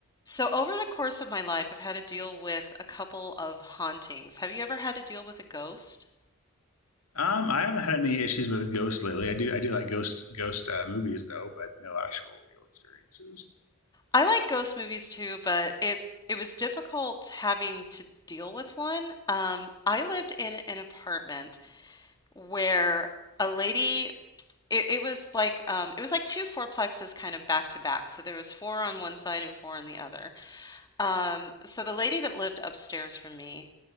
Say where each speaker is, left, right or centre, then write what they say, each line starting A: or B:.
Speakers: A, on the left; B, on the left.
A: So, over the course of my life, I've had to deal with a couple of hauntings. Have you ever had to deal with a ghost?
B: Um, I haven't had any issues with Ghost lately. I do I do like Ghost Ghost uh, movies though, but no actual real experiences.
A: I like ghost movies too, but it it was difficult having to deal with one. Um, I lived in an apartment where a lady it, it was like um, it was like two fourplexes kind of back to back. So there was four on one side and four on the other. Um, so the lady that lived upstairs from me.